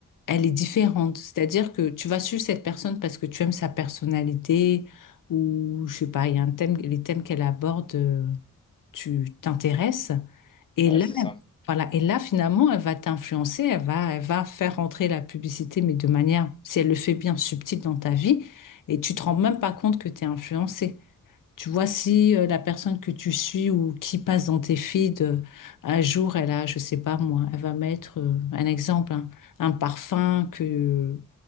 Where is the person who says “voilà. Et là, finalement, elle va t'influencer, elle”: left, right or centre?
Left